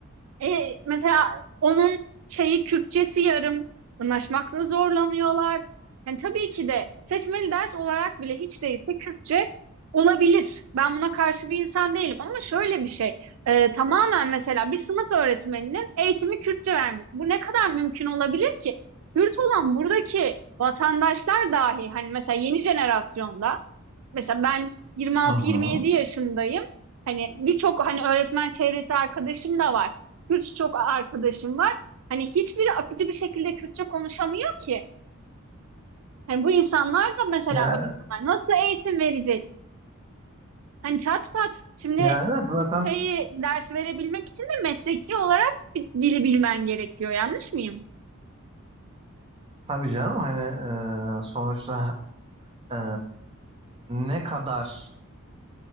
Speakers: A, on the right; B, on the right.
A: E, mesela onun şeyi Kürtçesi yarım, anlaşmakta zorlanıyorlar. Yani tabii ki de seçmeli ders olarak bile hiç değilse Kürtçe olabilir. Ben buna karşı bir insan değilim ama şöyle bir şey. e, tamamen mesela bir sınıf öğretmeninin eğitimi Kürtçe vermesi. Bu ne kadar mümkün olabilir ki? Kürt olan buradaki vatandaşlar dahi hani mesela yeni jenerasyonda mesela ben 26-27
B: Hı hı.
A: yaşındayım. Hani birçok hani öğretmen çevresi arkadaşım da var. Kürtçe çok arkadaşım var. Hani hiçbiri akıcı bir şekilde Kürtçe konuşamıyor ki. Hani bu insanlar da mesela
B: Ya,
A: öğretmen nasıl eğitim verecek? Hani çat pat şimdi
B: ya evet zaten
A: şeyi ders verebilmek için de mesleki olarak bir dili bilmen gerekiyor. Yanlış mıyım?
B: tabii canım hani e, sonuçta e, ne kadar